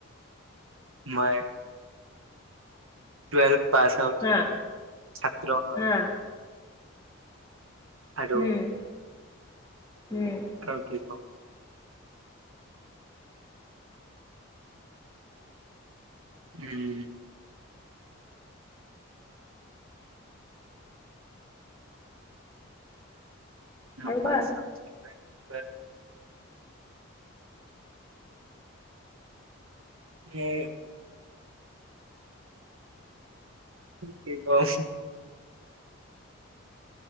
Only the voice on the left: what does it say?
হা
হা
উম। উম
আৰু
কোৱা।